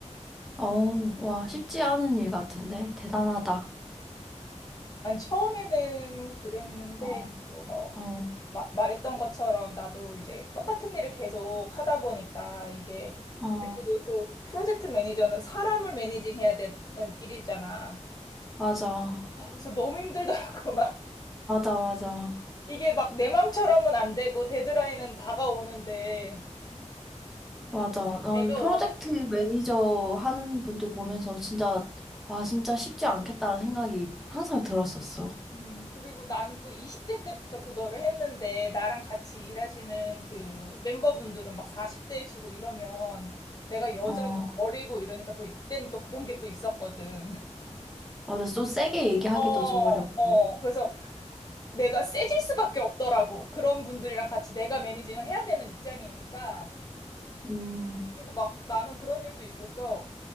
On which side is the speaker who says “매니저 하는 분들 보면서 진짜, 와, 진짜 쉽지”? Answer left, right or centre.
Centre